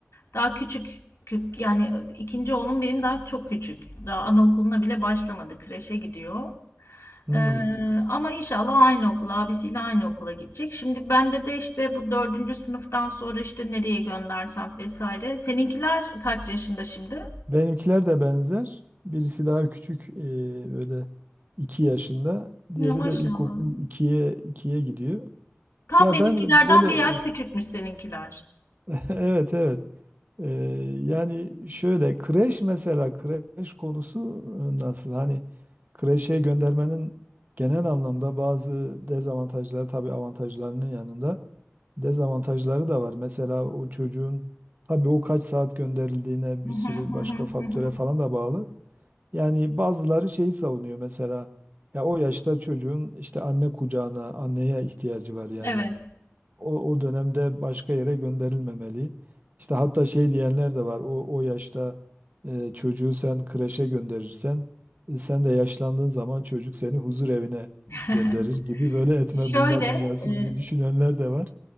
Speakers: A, on the left (about 80°); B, on the right (about 40°).
A: Daha küçük. Kü- Yani ikinci oğlum benim daha çok küçük. Daha anaokuluna bile başlamadı. Kreşe gidiyor.
B: Hmm.
A: Ee, ama inşallah aynı okula, abisiyle aynı okula gidecek. Şimdi bende de işte bu dördüncü sınıftan sonra işte nereye göndersem vesaire. Seninkiler kaç yaşında şimdi?
B: Benimkiler de benzer. Birisi daha küçük e, böyle 2 yaşında.
A: Ya
B: Diğeri
A: maşallah.
B: de ilkokul ikiye ikiye gidiyor.
A: Tam
B: Ya
A: benimkilerden
B: ben böyle
A: bir yaş küçükmüş seninkiler.
B: <laughs> evet evet. Ee, yani şöyle kreş mesela kreş konusu e, nasıl? Hani kreşe göndermenin genel anlamda bazı dezavantajları tabii avantajlarının yanında dezavantajları da var. Mesela o çocuğun tabii o kaç saat gönderildiğine
A: Hı
B: bir
A: hı
B: sürü
A: hı
B: başka
A: hı
B: faktöre
A: hı. hı.
B: falan da bağlı. Yani bazıları şeyi savunuyor mesela ya o yaşta çocuğun işte anne kucağına, anneye ihtiyacı var yani
A: Evet.
B: o, o dönemde başka yere gönderilmemeli. İşte hatta şey diyenler de var. O, o yaşta e, çocuğu sen kreşe gönderirsen e, sen de yaşlandığın zaman çocuk seni huzur evine
A: <laughs>
B: gönderir gibi böyle etme
A: Şöyle,
B: bulma dünyası
A: e,
B: gibi düşünenler de var.